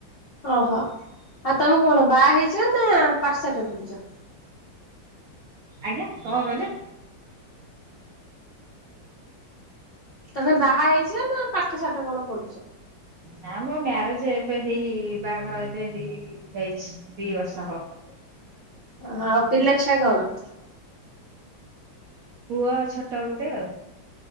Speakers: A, on the left (about 55°); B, on the right (about 65°).
A: ଓହୋ ଆ ତମେ କଣ ବାହା ହେଇଛ ନା ପାଠଶାଠ ପଢୁଛ।
B: ଆଜ୍ଞା କଣ କହିଲେ?
A: ତମେ ବାହା ହେଇଛ ନା ପାଠ ସାଠ କଣ ପଢୁଛ?
B: ନାମ ମ୍ୟାରେଜ୍ ଏବେ ହେଇ ବାହାଘର ଏବେ ହେଇ ହେଇଛି ଦି ବର୍ଷ ହବ।
A: ହ ଆଉ ପିଲା ଛୁଆ କଣ?
B: ପୁଅ ଆଉ ଛୋଟ ଗୋଟେ ଆଉ।